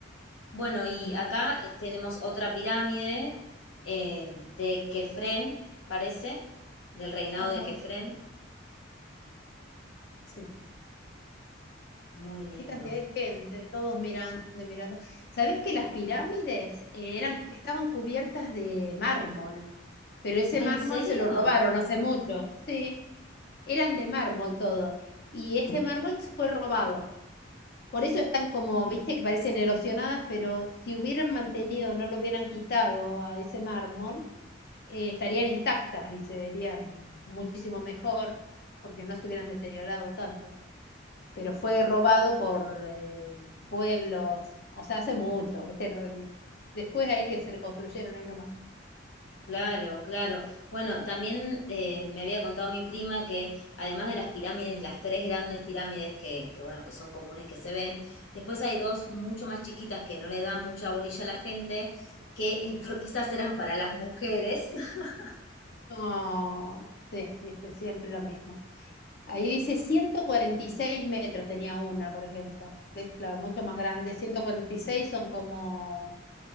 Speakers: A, on the left; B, on the left.
A: Bueno,
B: Mm,
A: y acá eh, tenemos otra pirámide eh, de Kefren, parece, del reinado
B: Ajá.
A: de Kefren.
B: Sí.
A: Muy lindo.
B: Qué cantidad de gente, todos mirando, mirando. ¿Sabés que las pirámides eran, estaban cubiertas de mármol? Pero ese
A: Ah,
B: mármol
A: ¿En serio?
B: se lo robaron hace mucho. Sí, eran de mármol todo. Y ese mármol se fue robado. Por eso están como, viste, que parecen erosionadas, pero si hubieran mantenido, no lo hubieran quitado a ese mármol, eh, estarían intactas y se verían muchísimo mejor porque no se hubieran deteriorado tanto. Pero fue robado por eh, pueblos, o sea, hace mucho, viste, después ahí que se construyeron ahí nomás.
A: Claro, claro. Bueno, también eh, me había contado mi prima que además de las pirámides, de las tres grandes pirámides que, que, bueno, que son comunes que se ven, después hay dos mucho más chiquitas que no le dan mucha bolilla a la gente, que eh, <laughs> porque esas eran para las mujeres, <laughs>
B: Oh, sí, viste, siempre lo mismo. Ahí dice 146 metros tenía una, por ejemplo. ¿Ves? Claro, mucho más grande. 146 son como,